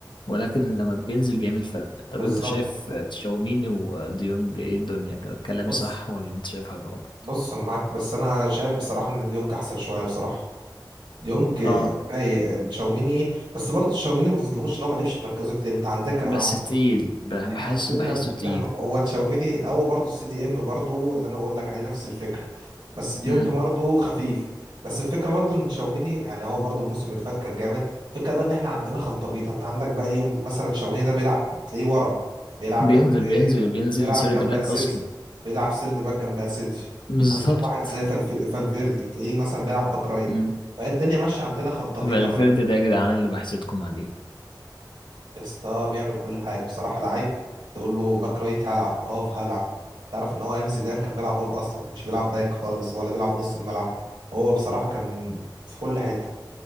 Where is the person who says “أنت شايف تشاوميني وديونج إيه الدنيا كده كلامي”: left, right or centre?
Left